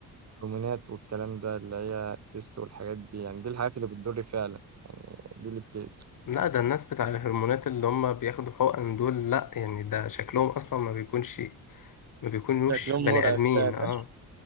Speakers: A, on the right; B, on the left.
A: هرمونات والكلام ده اللي هي التست والحاجات دي يعني دي الحاجات اللي بتضر فعلا يعني دي اللي بتأذي
B: لا ده الناس بتاع الهرمونات اللي هم بياخدوا حقن دول لا يعني ده شكلهم اصلا ما بيكونش ما بيكونوش
A: شكلهم
B: بني
A: مرعب
B: آدمين
A: فعلا
B: اه